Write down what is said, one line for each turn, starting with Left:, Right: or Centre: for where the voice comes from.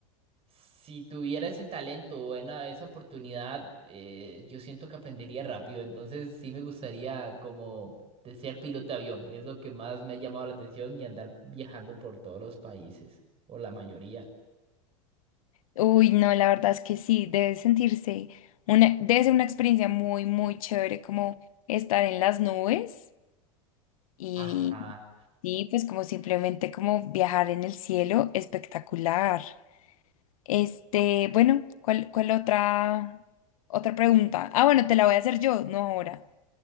Right: si tuviera ese talento o buena- esa oportunidad, eh, yo siento que aprendería rápido. Entonces sí me gustaría como de ser piloto de avión. Es lo que más me ha llamado la atención y andar viajando por todos los países, o la mayoría.
Left: Uy, no, la verdad es que sí, debe sentirse una, debe ser una experiencia muy, muy chévere como estar en las nubes y,
Right: Ajá.
Left: y pues como simplemente como viajar en el cielo, espectacular. Este, bueno, ¿cuál, cuál otra, otra pregunta? Ah, bueno, te la voy a hacer yo, no ahora.